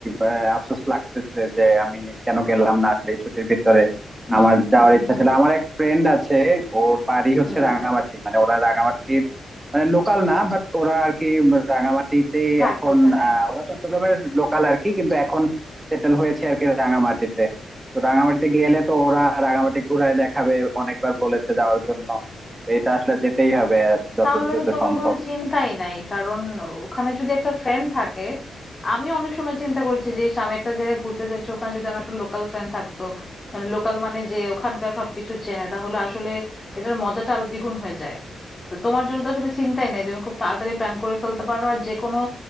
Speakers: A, on the right; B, on the left.
A: আহ, আফসোস লাগতেছে যে আমি কেন গেলাম না আসলে এই ছুটির ভিতরে
B: <laughs>
A: আমার যাওয়ার ইচ্ছা ছিল আমার এক ফ্রেন্ড আছে ওর বাড়ি হচ্ছে
B: হুম
A: রাঙামাটি মানে ওরা রাঙামাটির মানে লোকাল না বাট ওরা আর কি রাঙামাটিতেই
B: থাকে
A: এখন
B: ওখানে
A: আহ, ওরা চট্টগ্রামের লোকাল আর কি কিন্তু এখন সেটেল হয়েছে আর কি রাঙামাটিতে তো রাঙামাটিতে গেলে তো ওরা রাঙামাটি ঘুরায় দেখাবে অনেকবার বলেছে যাওয়ার জন্য তো এটা আসলে যেতেই হবে যত
B: তাহলে
A: দ্রুত
B: তো তোমার
A: সম্ভব
B: কোনো চিন্তাই নাই কারণ ওখানে যদি একটা ফ্রেন্ড থাকে আমি অনেক সময় চিন্তা করেছি যে ইস, আমি একটা জায়গায় ঘুরতে যাচ্ছি ওখানে যদি আমার একটা লোকাল ফ্রেন্ড থাকতো মানে লোকাল মানে যে ওখানকার সবকিছু চেনে তাহলে আসলে এটার মজাটা আরো দ্বিগুণ হয়ে যায় তো তোমার জন্য তো আসলে চিন্তাই নাই তুমি খুব তাড়াতাড়ি প্ল্যান করে ফেলতে পারো আর যে কোনো